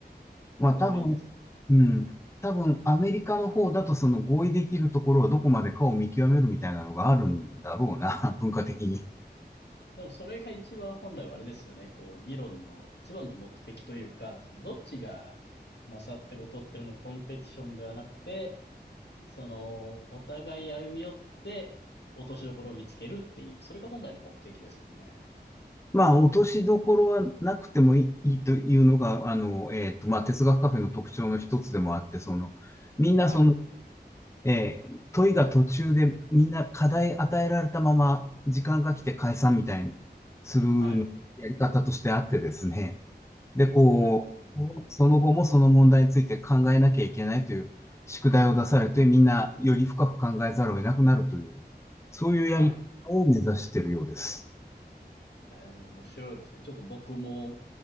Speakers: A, on the left (about 15°); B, on the left (about 75°).
A: まあ、
B: それはいいです。
A: 多分、うん、多分、アメリカの方だと、その合意できるところはどこまでかを見極めるみたいなのがあるんだろうな、<laughs> 文化的に。
B: でもそれが一番本来はあれですよね。こう、議論の一番の目的というか、そのどっちが勝ってる劣ってるのコンペティションではなくて、その、お互い歩み寄って、落としどころを見つけるっていう、それが本来の目的ですもんね。
A: まあ、落としどころはなくてもいい、いいというのが、あの、えっと、まあ、哲学カフェの特徴の一つでもあって、その、みんなその、
B: はい。
A: えー問いが途中でみんな課題与えられたまま時間が来て解散みたいにする
B: はい。
A: やり方としてあってですね。で、こう、
B: ねえ。
A: その後もその問題について考えなきゃいけないという宿題を出されてみんなより深く考えざるを得なくなるという、そういうやり方を目指しているようです。
B: はい。ええ、面白いですね。ちょっと僕も